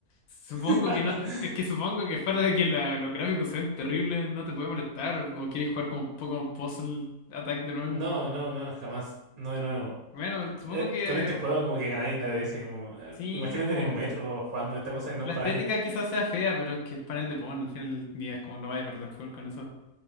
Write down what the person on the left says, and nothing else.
supongo
que no te- Es que supongo que fuera de que la- los gráficos sean terribles, no te puede molestar. O quieres jugar como Pokémon Puzzle Attack de nuevo.
Bueno, supongo
que...
Sí,
es como.
La
estética quizás sea fea, pero es que es panel de Pon, al final del día es como no vaya a perder fuego con eso.